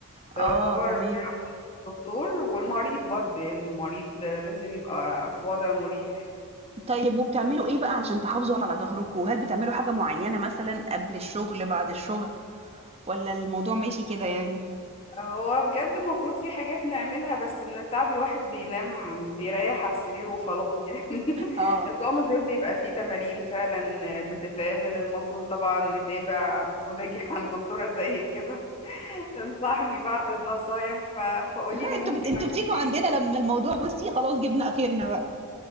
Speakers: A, on the left; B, on the right.
A: فيعتبر
B: آه، تمام.
A: راحه الدكتور والمريض برضه يعني المريض آه، لازم يبقى في وضع مريح
B: طيب وبتعملوا إيه بقى علشان تحافظوا على ضهركم؟ هل بتعملوا حاجة معيّنة مثلًا قبل الشغل، بعد الشغل، والّا الموضوع ماشي كده يعني؟
A: هو بجد المفروض في حاجات نعملها بس من التعب الواحد بينام بيريح على السرير وخلاص يعني <laughs>
B: آه. آه.
A: بس هو المفروض بيبقى فيه تمارين فعلا بتتعمل المفروض طبعا نتابع المفروض اجي <laughs> عند دكتورة زي كده <laughs> تنصحني بعض النصايح ف... فقولي
B: لا
A: لي
B: أنتم
A: ممكن
B: بت أنتم
A: اعمل
B: بتيجوا عندنا
A: ايه
B: لمّا الموضوع بُصّي خلاص جِبنا آخرنا بقى.